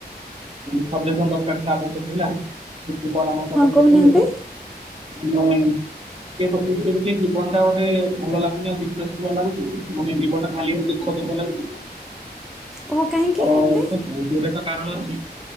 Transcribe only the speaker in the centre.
ହଁ
କହୁନାହାନ୍ତି
ଓ କାହିଁକି
ଏମିତି?